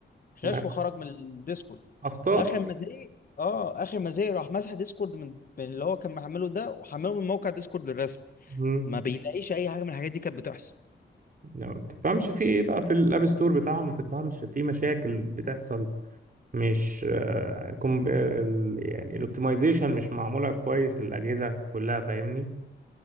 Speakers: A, on the left (about 50°); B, on the right (about 45°).
A: خش
B: ما-
A: وخرج من الديسكورد
B: اخطاء
A: اخر
B: كتير
A: ما زهق اه اخر ما زهق راح مسح ديسكورد من من اللي هو كان محمله ده وحمله من موقع ديسكورد الرسمي
B: امم
A: ما بيلاقيش اي حاجه من الحاجات دي كانت بتحصل
B: يعني ما تفهمش في ايه بقى في الاب ستور بتاعهم ما تفهمش في مشاكل بتحصل مش آه كم ال- يعني الاوبتمايزيشن مش معموله كويس للاجهزه كلها فاهمني